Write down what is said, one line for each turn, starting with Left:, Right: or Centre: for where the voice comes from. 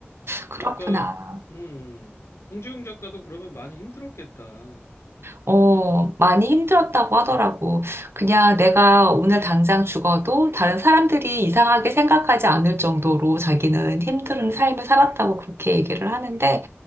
Right: 그렇구나.
Left: 그러니까 음 공지웅 작가도 그러면 많이 힘들었겠다.
Right: 어, 많이 힘들었다고 하더라고. 그냥 내가 오늘 당장 죽어도 다른 사람들이 이상하게 생각하지 않을 정도로 자기는 힘든 삶을 살았다고 그렇게 얘기를 하는데,